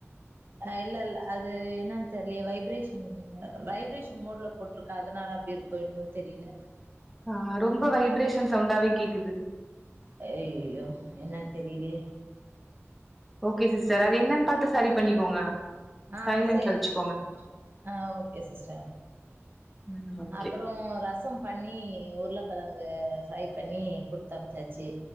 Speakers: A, on the right; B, in the centre.
A: அ இல்ல இல்ல அது என்னன் தெர்லியே வைப்ரேஷன் வைப்ரேஷன் மோட்ல போட்ருக்க அதுனால அப்டி இருக்கோ என்வோ தெரியல.
B: ஆ ரொம்ப வைப்ரேஷன் சவுண்டாவே கேக்குது.
A: ஐயோ என்னன் தெரிலியே.
B: ஓகே சிஸ்டர் அது என்னன் பாத்து சரி பண்ணிக்கோங்க.
A: ஆ
B: சைலன்ட்ல
A: சேரி சி
B: வச்சுக்கோங்க
A: ஆ ஓகே சிஸ்ட.
B: ம் ஓகே
A: அப்புறோ ரசம் பண்ணி உருளக்கெழங்கு ஃப்ரை பண்ணி குடுத்தம்ச்சாச்சி.